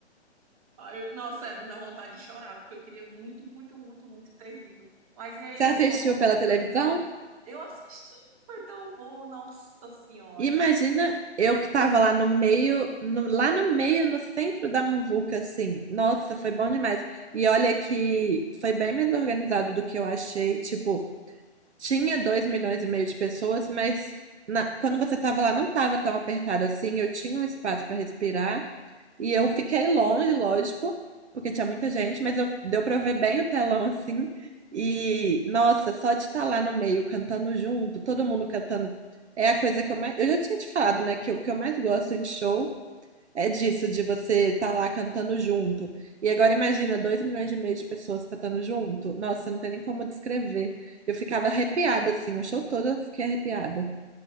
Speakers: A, on the right (about 30°); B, on the right (about 75°).
A: Ai, eu- Nossa, sério, me dá vontade de chorar, porque eu queria muito, muito, muito, muito ter ido. Mas e aí,
B: Você assistiu
A: me conta como
B: pela
A: é que
B: televisão?
A: foi? Eu assisti, foi tão bom, nossa senhora.
B: Imagina eu que estava lá no meio, no- lá no meio, no centro da muvuca, assim. Nossa, foi bom demais. E olha que foi bem mais organizado do que eu achei. Tipo, Tinha 2 milhões e meio de pessoas, mas na- quando você estava lá não estava tão apertado assim, eu tinha um espaço para respirar e eu fiquei longe, lógico, porque tinha muita gente, mas eu, deu para ver bem o telão assim. E
A: Sim.
B: nossa, só de estar lá no meio cantando junto, todo mundo cantando, é a coisa que eu mais. Eu já tinha te falado, né, que o que eu mais gosto em show é disso, de você estar tá lá cantando junto. E agora imagina, 2 milhões e meio de pessoas cantando junto. Nossa, não tem nem como descrever. Eu ficava arrepiada, assim, o show todo eu fiquei arrepiada.